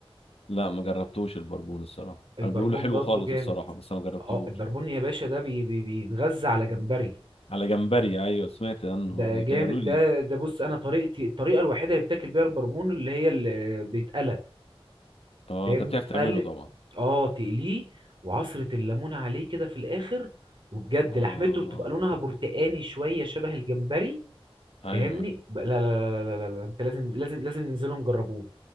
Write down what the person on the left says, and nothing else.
لا ما جربتوش البربون الصراحه
انا بيقولوا حلو
خالص
الصراحه بس انا ما جربتهوش
على جمبري ايوه سمعت عنه
قبل
كده قالوا لي
اه
انت بتعرف
تعمله طبعا
اه
ايوه